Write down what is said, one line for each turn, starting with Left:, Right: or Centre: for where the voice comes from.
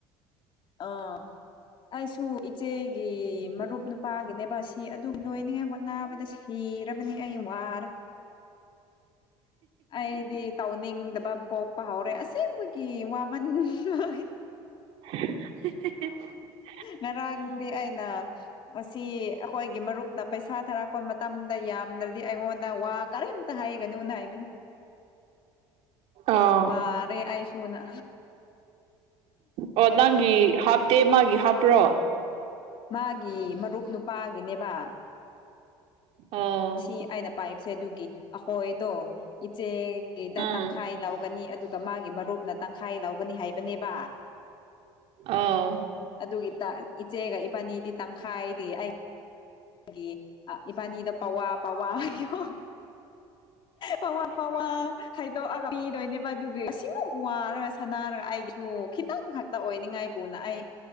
Left: ꯑ ꯑꯩꯁꯨ ꯏꯆꯦꯒꯤ
Right: ꯎꯝ
Left: ꯃꯔꯨꯞ ꯅꯨꯄꯥꯒꯤꯅꯦꯕ ꯒꯤ ꯑꯗꯨ ꯂꯣꯏꯅꯤꯡꯉꯥꯏ ꯍꯣꯠꯅꯕꯗ ꯁꯤꯔꯕꯅꯤ ꯑꯩ ꯋꯥꯔꯦ ꯑꯩꯗꯤ ꯇꯥꯎ ꯅꯤꯡꯗꯕ ꯄꯣꯛꯄ ꯍꯧꯔꯦ ꯑꯁꯦꯡꯕꯒꯤ ꯋꯥꯃꯟ <unintelligible>
Right: <unintelligible>
Left: ꯉꯔꯥꯡꯗꯤ ꯑꯩꯅ ꯑꯁꯤ ꯑꯩꯈꯣꯏꯒꯤ ꯃꯔꯨꯞꯅ ꯄꯩꯁꯥ ꯊꯥꯔꯛꯄ ꯃꯇꯝꯗ ꯌꯥꯝꯗ꯭ꯔꯗꯤ ꯑꯩꯉꯣꯟꯗ ꯋꯥ ꯀꯔꯤꯝ ꯇ ꯍꯥꯏꯒꯅꯨꯅ ꯍꯥꯏꯕꯅꯤ
Right: ꯑꯣ
Left: ꯋꯥ ꯔꯦ ꯑꯩꯁꯨꯨꯅ
Right: ꯑꯣ ꯅꯪꯒꯤ ꯍꯥꯞꯇꯦ ꯃꯥꯒꯤ ꯍꯥꯞꯄ꯭ꯔꯣ
Left: ꯃꯥꯒꯤ ꯃꯔꯨꯞ ꯅꯨꯄꯥꯒꯤꯅꯦꯕ
Right: ꯑꯣ
Left: ꯁꯤ ꯑꯩꯅ ꯄꯥꯏꯕꯁꯦ ꯑꯗꯨꯒꯤ ꯑꯩꯈꯣꯏꯗꯣ ꯏꯆꯦꯒꯤꯗ
Right: ꯑꯣ
Left: ꯇꯪꯈꯥꯏ ꯂꯧꯒꯅꯤ ꯑꯗꯨꯒꯤ ꯇꯣ ꯃꯥꯒꯤ ꯃꯔꯨꯞꯅ ꯇꯪꯈꯥꯏ ꯂꯧꯒꯅꯤ ꯍꯥꯏꯕꯅꯦꯕ
Right: ꯑꯧ
Left: ꯑꯗꯨꯒꯤ ꯇ ꯏꯆꯦꯒ ꯏꯕꯥꯅꯤꯗꯤ ꯇꯪꯈꯥꯏꯗꯤ ꯑꯩ ꯒꯤ ꯏꯕꯥꯅꯤꯗ ꯄꯋꯥ ꯄꯋꯥ ꯍꯥꯏꯌꯣ ꯄꯋꯥ ꯄꯋꯥ ꯈꯥꯏꯗꯣꯛꯑꯒ ꯄꯤꯗꯣꯏꯅꯦꯕ ꯑꯗꯨꯒꯤ ꯑꯁꯤꯃꯨꯛ ꯋꯥꯔꯒ ꯁꯟꯅꯥꯔꯒ ꯑꯩꯒꯤꯁꯨ ꯈꯤꯇꯪ ꯈꯛꯇ ꯑꯣꯏꯅꯤꯡꯉꯥꯏꯕꯨꯅ ꯑꯩ